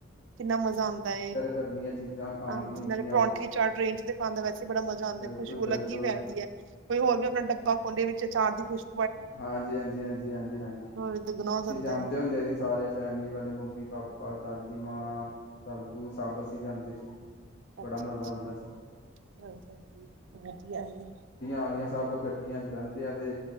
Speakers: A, on the right; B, on the left.
A: ਕਿੰਨਾ ਮਜ਼ਾ ਆਉਂਦਾ
B: ਕਰਨੀ ਹੈ ਚੀਜ਼ਾਂ ਖਾਣ
A: ਹਾਂਜੀ
B: ਪੀਣ
A: ਨਾਲੇ
B: ਦੀਆਂ
A: ਪਰੌਂਠੇ ਚਾਰ ਟਰੇਨ ਚ ਖਾਂਦਾ ਵੈਸੇ ਬੜਾ ਮਜ਼ਾ ਆਉਂਦਾ
B: ਬਿਲਕੁਲ
A: ਖੁਸ਼ਬੂ
B: ਬਿਲਕੁਲ
A: ਅੱਗ ਹੀ ਫੈਲਦੀ ਹੈ ਕੋਈ ਹੋਰ ਵੀ ਆਪਣਾ ਡੱਬਾ ਖਦੇ ਵਿੱਚ ਅਚਾਰ ਦੀ ਖੁਸ਼
B: ਹਾਂਜੀ ਹਾਂਜੀ ਹਾਂਜੀ ਹਾਂਜੀ ਹਾਂਜੀ
A: ਹੋਰ ਦੁੱਗਣਾ ਹੋ
B: ਅਸੀਂ
A: ਜਾਂਦਾ
B: ਜਾਂਦੇ
A: ਹੈ
B: ਹੁੰਦੇ ਸੀ ਸਾਰੇ ਫੈਮਲੀ ਵਾਲੇ ਮੰਮੀ ਪਾਪਾ ਪਰ ਦਾਦੀ ਮਾਂ ਦਾਦੂ ਸਭ ਅਸੀਂ ਜਾਂਦੇ ਸੀ ਬੜਾ
A: ਅੱਛਾ
B: ਮਜ਼ਾ
A: ਅੱਛਾ
B: ਆਉਂਦਾ ਸੀ
A: ਹਾਂਜੀ ਹਾਂਜੀ ਆਈ
B: ਆਂ ਸਭ ਗੱ ਅ ਬਹਿੰਦੇ ਆ ਤੇ